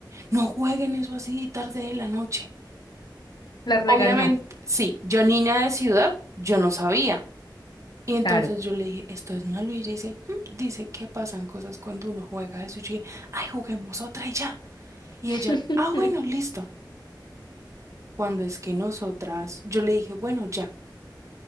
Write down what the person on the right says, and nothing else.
No jueguen eso así tarde de la noche.
Obviamente, sí, yo niña de ciudad, yo no sabía. Y entonces
yo le dije, esto es malo. Y ella dice, "Mm, dice que pasan cosas cuando uno juega eso. Y yo dije, ay, juguemos otra y ya. Y
ella, ah, bueno, listo. Cuando es que nosotras, yo le dije, bueno, ya.